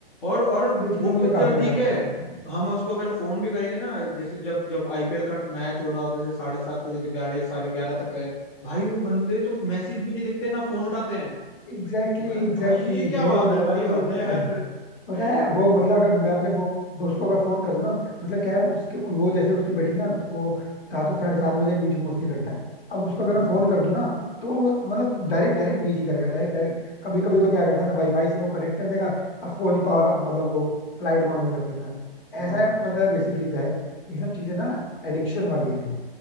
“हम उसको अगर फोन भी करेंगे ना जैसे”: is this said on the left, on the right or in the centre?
Left